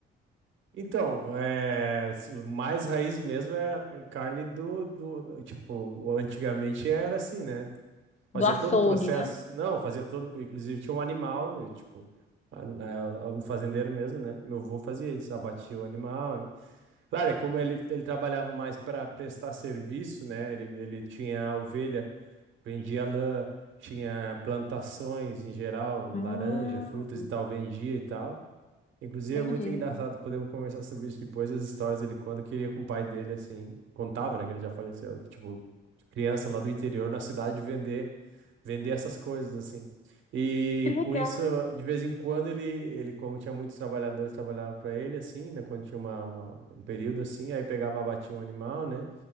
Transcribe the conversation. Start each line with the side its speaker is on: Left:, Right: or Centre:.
Right: Então, é, s- mais raiz mesmo é é carne do, do, tipo, antigamente era assim, né, Fazia
Left: do açougue,
Right: todo o processo.
Left: né?
Right: Não, fazia todo. Inclusive tinha um animal, e, tipo, a- a- a- o fazendeiro mesmo, né? Meu avô fazia isso, abatia o animal. e- Claro, é como ele, ele trabalhava mais para prestar serviço, né? Ele, ele tinha a ovelha, vendia lã, tinha plantações em geral, laranja,
Left: Hum,
Right: frutas e tal, vendia e tal. Inclusive,
Left: entendi.
Right: é muito engraçado, podemos conversar sobre isso depois, as histórias dele quando queria com o pai dele, assim, contava, né, que ele já faleceu, que, tipo, criança lá do interior, na cidade, vender, vender essas coisas, assim. E
Left: Que legal.
Right: com isso, de vez em quando, ele, ele como tinha muitos trabalhadores, trabalhava para ele, assim, né, quando tinha uma, uma- um período, assim, aí pegava, abatia um animal, né,